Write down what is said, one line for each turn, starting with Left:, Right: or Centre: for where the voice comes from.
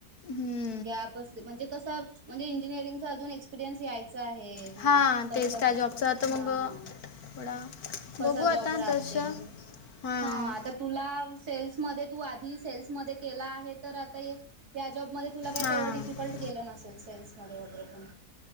Left: ह्म.
Right: गॅप असते, म्हणजे कस, म्हणजे इंजिनिअरिंगचा, अजून एक्सपिरियन्स याय च आहे, म्हणजे
Left: हां
Right: कस,
Left: तेच त्या जॉबचं आता
Right: हां.
Left: मग थोडा
Right: कसा
Left: बघू
Right: जॉब
Left: आता
Right: राहते,
Left: तसं हां
Right: हं आता तुला सेल्समध्ये, तू आधी सेल्समध्ये केला आहे, तर आता ये, या जॉबमध्ये काय
Left: हां
Right: तेवढं डिफिकल्ट गेलं नसेल, सेल्समध्ये वगैरे पण.